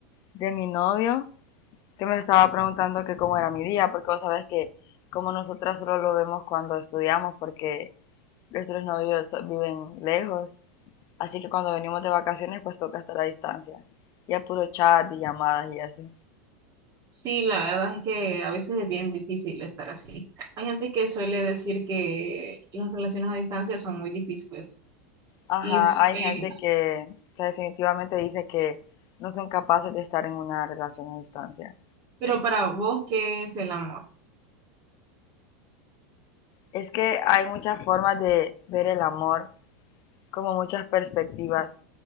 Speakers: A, on the left; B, on the right.
A: de mi novio que me estaba preguntando que cómo era mi día, porque vos sabés que como nosotras solo lo vemos cuando estudiamos, porque nuestros novios viven lejos, así que cuando venimos de vacaciones pues toca estar a distancia, y a puro chat y llamadas y eso.
B: Sí, la verdad es que a veces es bien difícil estar así. Hay gente que suele decir que las relaciones a distancia son muy difíciles.
A: Ajá,
B: Y, s-
A: hay
B: eh,
A: gente que, que definitivamente dice que no son capaces de estar en una relación a distancia.
B: pero para vos, ¿qué es el amor?
A: Es que hay muchas formas de ver el amor como muchas perspectivas.